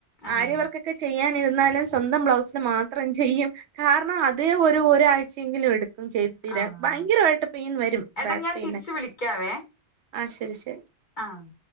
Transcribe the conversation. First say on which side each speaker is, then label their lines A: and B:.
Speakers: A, on the left; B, on the right.
A: ആഹ്
B: പുതിയ വർക്കൊക്കെ ചെയ്യാനിരുന്നാലും സ്വന്തം ബ്ലൗസിൽ മാത്രം ചെയ്യും കാരണം അതേ ഒര് ഒരാഴ്ചയെങ്കിലും എടു ചെയ്തിരാ
A: ആഹ്
B: ഭയങ്കരായിട്ട് പെയിൻ വരും
A: എടാ
B: ബാക്ക്
A: ഞാൻ
B: പെയിൻ
A: തിരിച്ച്
B: ഒക്കെ
A: വിളിക്കാവേ
B: ആഹ് ശരി ശരി
A: ആഹ്